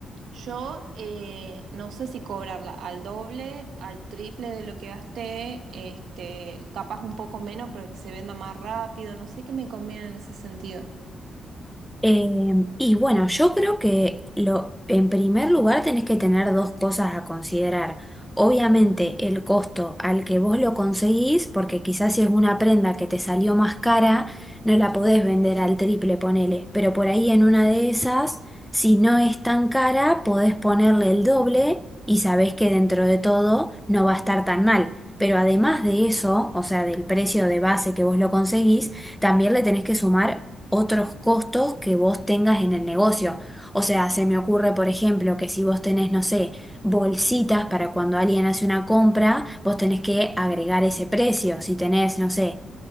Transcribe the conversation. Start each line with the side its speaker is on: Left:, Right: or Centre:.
Right: yo eh, no sé si cobrarla al doble, al triple de lo que gasté, este, capaz un poco menos, pero que se venda más rápido, no sé qué me conviene en ese sentido.
Centre: Eh, y bueno, yo creo que lo, en primer lugar tenés que tener dos cosas a considerar. Obviamente el costo al que vos lo conseguís, porque quizás si es una prenda que te salió más cara, no la podés vender al triple, ponele. Pero por ahí en una de esas, si no es tan cara, podés ponerle el doble y sabés que dentro de todo no va a estar tan mal. Pero además de eso, o sea, del precio de base que vos lo conseguís, también le tenés que sumar otros costos que vos tengas en el negocio. O sea, se me ocurre, por ejemplo, que si vos tenés, no sé, bolsitas para cuando alguien hace una compra, vos tenés que agregar ese precio. Si tenés, no sé,